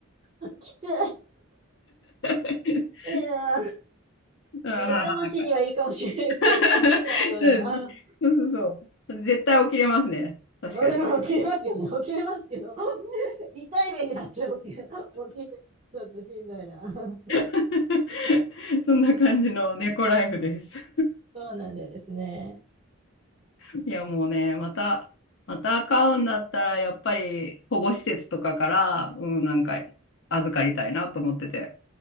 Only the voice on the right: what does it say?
ー、きつい
な。
目覚ましにはいいかもしれないですけど、
きついな、それは。
<laughs>
俺も起きれますよね。起きれますけど、<laughs> 痛い目にあっちゃう。<laughs> 起きる、起きる。ちょっとしんどいな。<laughs>
そうなんですね。